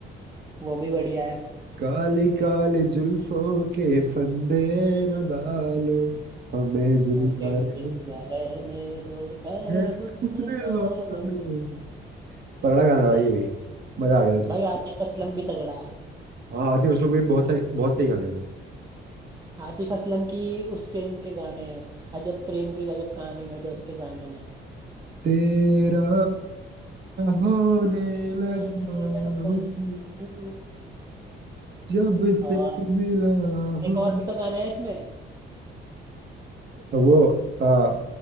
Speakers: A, on the right; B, on the right.
A: वो भी बढ़िया है
B: काली काली जुल्फों के फंदे न डालो हमें जिंदा
A: मुझे
B: रहने
A: जिंदा रहने दो ए
B: दो,
A: हुस्न वालो
B: तगड़ा गाना है भाई ये भी मजा आ गया था
A: भाई आतिफ असलम भी तगड़ा है
B: हाँ आतिफ असलम के बहुत सही बहुत सही गाने हैं
A: आतिफ असलम की उस फिल्म के गाने हैं अजब प्रेम की गजब कहानी में जो उसके गाने हैं
B: तेरा होने लगा
A: रोने लगा
B: हूँ
A: हूँ।
B: जब से
A: और
B: मिला
A: एक
B: हूँ
A: और भी तो गाना है इसमें
B: वो आ,